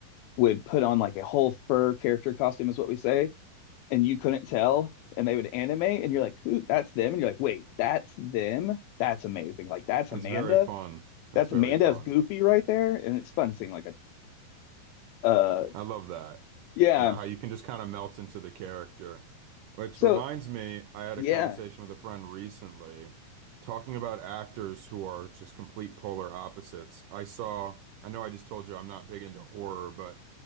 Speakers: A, on the left (about 80°); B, on the right (about 80°).
A: would put on like a whole fur character costume, is what we say, and you couldn't tell, and they would animate, and you're like, who? That's them, and you're like, wait, that's them. That's amazing. Like that's Amanda.
B: It's very fun.
A: That's
B: That's very
A: Amanda
B: fun.
A: as Goofy right there, and it's fun seeing like a uh
B: I love that.
A: yeah.
B: Yeah, how you can just kind of melt into the character. Which
A: So
B: reminds me, I had
A: yeah,
B: a conversation with a friend recently talking about actors who are just complete polar opposites. I saw, I know I just told you I'm not big into horror, but